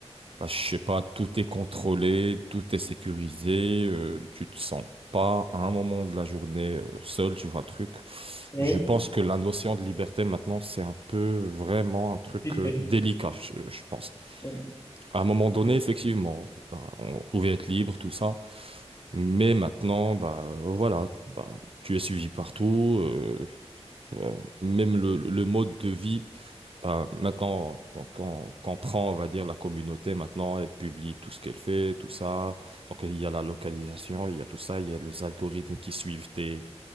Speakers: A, on the right; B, on the left.
A: bah, je sais pas, tout est contrôlé, tout est sécurisé, euh, tu te sens pas à un moment de la journée euh, seul, tu vois le truc.
B: oui,
A: Je pense que la notion de liberté maintenant, c'est un peu vraiment un truc
B: vite
A: euh,
B: fait.
A: délicat, je, je pense.
B: Oui,
A: À un moment donné,
B: oui,
A: effectivement, bah, on pouvait être libre, tout ça. Mais maintenant, bah euh, voilà, bah, tu es suivi partout. euh, euh, même le, le mode de vie, ben, maintenant, quand, quand, quand prend, on va dire, la communauté, maintenant, elle publie tout ce qu'elle fait, tout ça. Donc, il y a la localisation, il y a tout ça, il y a les algorithmes qui suivent tes,